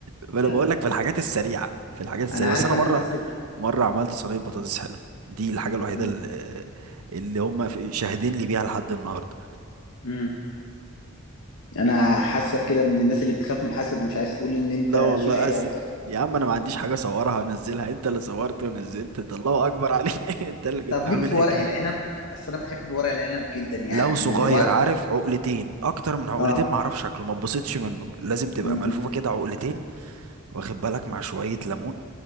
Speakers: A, on the right; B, on the left.
A: ما
B: <laughs>
A: أنا بقول لك في الحاجات السريعة في الحاجات السريعة
B: انا عارف
A: بس أنا
B: انا
A: مرة
B: الناس ال...
A: مرة عملت صينية بطاطس حلو دي الحاجة الوحيدة
B: مم.
A: اللي, اللي هم شاهدين لي بيها لحد النهاردة
B: مم. انا حاسك كده من الناس اللي بتخاف من الحسد ومش عايز تقول ان انت
A: لا والله
B: شيف شاطر
A: أس... يا عم انا ما عنديش حاجه اصورها انزلها انت اللي صورت ونزلت الله اكبر عليك <laughs> انت اللي كنت
B: طب
A: عامل
B: ليك في
A: حكايه
B: ورق العنب اصل انا بحب ورق العنب جدا يعني
A: لو صغير
B: ورق
A: عارف عقلتين اكتر من عقلتين
B: اه
A: معرفش شكله ما اتبسطش منه لازم تبقى
B: مم.
A: ملفوفه كده عقلتين واخد بالك مع شويه ليمون